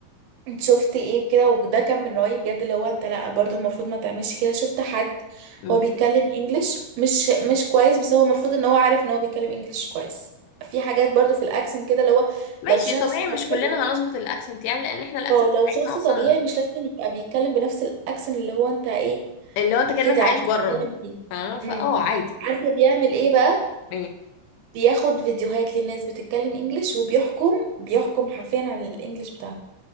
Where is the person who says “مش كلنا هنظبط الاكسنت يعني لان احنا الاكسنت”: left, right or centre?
Left